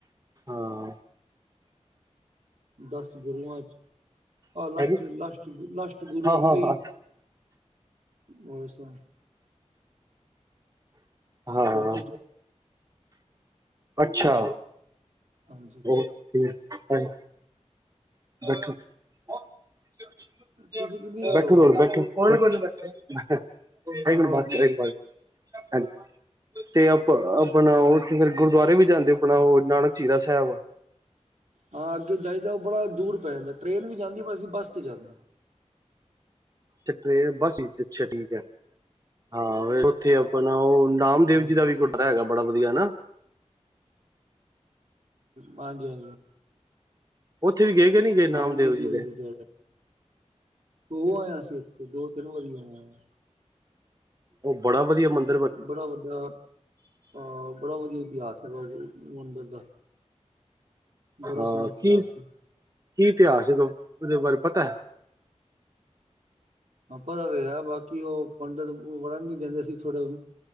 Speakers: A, on the right; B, on the right.
A: ਹਾਂ
B: ਦਸ ਗੁਰੂਆਂ ਚ ਹਾਂ ਲਾਸਟ
A: ਹੈਂਜੀ?
B: ਲਸਟ ਲਾਸਟ ਗੁਰੂ
A: ਹਾਂ
B: ਉਥੇ
A: ਹਾਂ
B: ਹੀ
A: ਹਾਂ
B: ਹੋਈ ਸਨ
A: ਹਾਂ
B: ਜੋਤੀ ਜੋ
A: ਅੱਛਾ
B: ਹਾਂਜੀ
A: ਉਹ ਠੀਕ ਹੈ। ਬੈਠੋ, ਬੈਠੋ,
B: ਤੁਸੀਂ ਕਿੰਨੀ ਵਾਰ ਹੋ ਆਏ ਹੋ
A: ਬੈਠੋ। <unintelligible> ਤੇ ਆਪ ਆਪਣਾ ਉਥੇ ਫੇਰ ਗੁਰਦੁਆਰੇ ਵੀ ਜਾਂਦੇ, ਆਪਣਾ ਉਹ ਨਾਨਕ ਝੀਰਾ ਸਾਹਿਬ।
B: ਹਾਂ ਅੱਗੇ ਜਾਈਦਾ ਉਹ ਬੜਾ ਦੂਰ ਪੈ ਜਾਂਦਾ ਟ੍ਰੇਨ ਵੀ ਜਾਂਦੀ ਪਰ ਅਸੀਂ ਬੱਸ ਚ ਜਾਂਦੇ ਹਾਂ
A: ਅੱਾ ਟਰੇਨ ਬਸ ਅੱਛਾ ਠੀਕ ਹੈ ਹਾਂ ਉੱਥੇ ਆਪਣਾ ਉਹ ਨਾਮਦੇਵ
B: ਹਾਂਜੀ
A: ਜੀ ਦਾ ਵੀ ਕੁਟਰਾ ਹੈਗਾ ਬੜਾ ਵਧੀਆ ਨਾ
B: ਹਾਂਜੀ ਹਾਂਜੀ
A: ਉੱਥੇ ਵੀ ਗਏ ਗ ਨੀ ਗਏ ਨਾਮਦੇਵ
B: ਨਾਮ ਦੇਜੀ
A: ਜੀ
B: ਦਾ
A: ਦੇ
B: ਵੀ ਗੁਰਦੁਆਰਾ ਹੋ ਆਇਆ ਅਸੀਂ ਇੱਥੇ ਦੋ ਤਿੰਨ ਵਾਰੀ ਹੋ ਆਏਆਾਂ।
A: ਉਹ ਬੜਾ ਵਧੀਆ ਮੰਦ
B: ਬੜਾ ਵੱਡਾ ਅਹ ਬੜਾ ਵਧੀਆ ਇਤਿਹਾਸ ਹੈਗਾ ਉਹ ਮੰਦਿਰ ਦਾ ਬੜਾ
A: ਹਾਂ
B: ਸੋਹਣਾ ਇਤਿਹਾਸ
A: ਕੀ ਕੀ
B: ਹੈ।
A: ਇਤਿਹਾਸ ਏ ਉਹਦੇ ਬਾਰੇ ਪਤਾ ਹੈ
B: ਹਾਂ ਪਤਾ ਤੇ ਹੈ ਬਾਕੀ ਉਹ ਪੰਡਿਤ ਵੜਨ ਨੀ ਜਾਂਦੇ ਸੀ ਥੋੜੇ